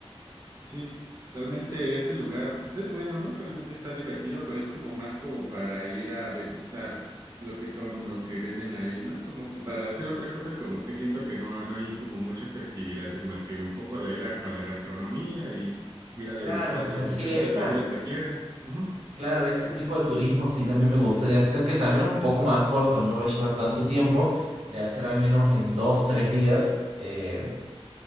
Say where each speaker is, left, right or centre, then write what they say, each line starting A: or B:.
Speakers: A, on the right (about 30°); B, on the right (about 85°).
A: sí, realmente ese lugar, pues es bueno, ¿no? Realmente está divertido, pero es como más como para ir a degustar lo que tom, lo que venden ahí, ¿no? Como que para hacer otra cosa, como que siento que no, no hay como muchas actividades, más que un poco de ir a, a la gastronomía y ir a degustar
B: Claro, o sea,
A: las
B: sí,
A: diferentes
B: esa,
A: bebidas que tienen. Ujú.
B: claro, ese tipo de turismo sí también me gustaría hacer, que también es un poco más corto, no me va a llevar tanto tiempo, de hacer al menos en dos, tres días, eh,